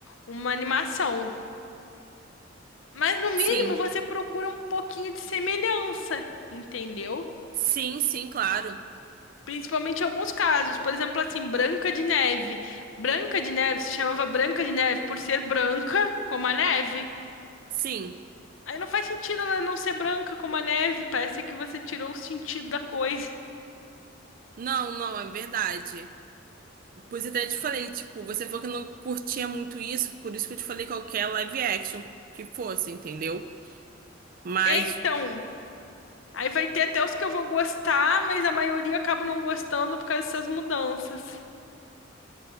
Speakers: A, on the left; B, on the right.
A: uma animação. Mas no
B: sim.
A: mínimo você procura um pouquinho de semelhança, entendeu?
B: Sim, sim, claro.
A: Principalmente em alguns casos, por exemplo, assim, Branca de Neve. Branca de Neve se chamava Branca de Neve por ser branca como a neve.
B: Sim.
A: Aí não faz sentido ela não ser branca como a neve, parece que você tirou o sentido da coisa.
B: Não, não, é verdade. Pois eu até te falei, tipo, você falou que não curtia muito isso, por isso que eu te falei qualquer live action que fosse, entendeu? Mas
A: Então, aí vai ter até os que eu vou gostar, mas a maioria eu acabo não gostando por causa dessas mudanças.